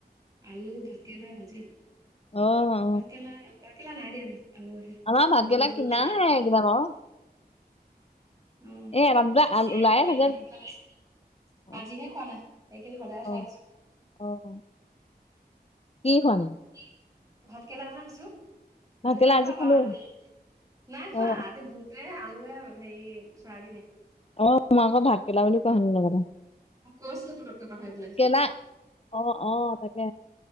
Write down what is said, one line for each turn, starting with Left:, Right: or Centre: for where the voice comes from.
Right: আলু ভাতকেৰেলা ভাজি।
Left: অ অ
Right: ভাতকেৰেলা ভাতকেৰেলা নাই দিয়া ভাত, আলুহে।
Left: আমাৰ ভাতকেৰেলা
Right: আলু বুত
Left: কিনাহে
Right: চয়াবিন।
Left: এইকেইটা বাৰু
Right: উম,
Left: এ এটা দুটা
Right: আমাৰ আছেই
Left: আল- ওলায়ে
Right: ঘৰতে
Left: থাকে
Right: খাঁই থাকিবলে হৈছে।
Left: অ
Right: আজিহে খোৱা নাই এইকেদিন সদায়
Left: অ
Right: খাই আছো।
Left: অ কি খোৱা নাই?
Right: কি ভাতকেৰেলা কথা কৈছো। আজি
Left: ভাতকেৰেলা
Right: নাই খোৱা বাৰু
Left: খালি
Right: আজি, নাই
Left: অ
Right: খোৱা
Left: অ
Right: আজি বুত টোৱে আলুৱে হেৰি চয়াবিনে।
Left: অ মই আকৌ ভাতকেৰেলা বুলি কোৱা শুনিলো আগতে।
Right: গৈছিলোঁ পতকে পাহৰি পেলাই।
Left: না অ অ তাকে।